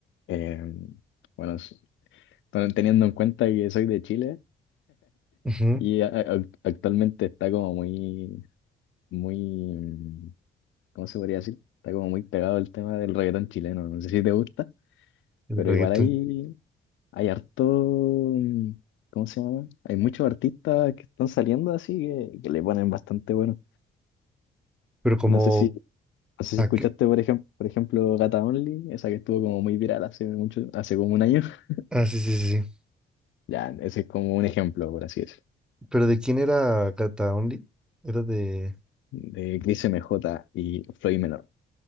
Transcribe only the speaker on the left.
eh, bueno, s- Pero teniendo en cuenta que soy de Chile
y a- a- actualmente está como muy, muy, mm, ¿cómo se podría decir? Está como muy pegado el tema del reggaetón chileno. No sé si te gusta,
pero
igual hay, hay harto, mm, ¿cómo se llama? Hay muchos artistas que están saliendo así que, que le ponen bastante bueno.
No sé si, no sé si
escuchaste,
por ejemplo, por ejemplo, Gata Only, esa que estuvo como muy viral hace mucho, hace como un año. <laughs>
Ya, ese es como un ejemplo, por así decirlo,
de Cris MJ y Floyd Menor.